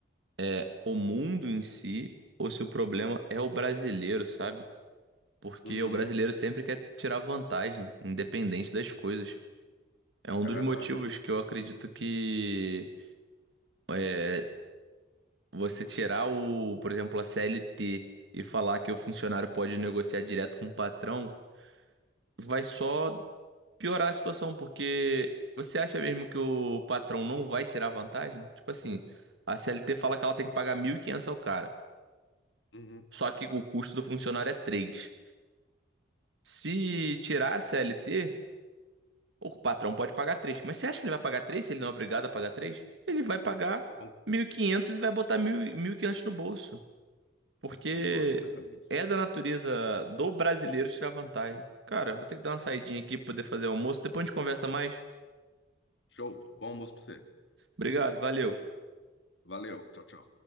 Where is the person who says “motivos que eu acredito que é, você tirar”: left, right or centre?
Right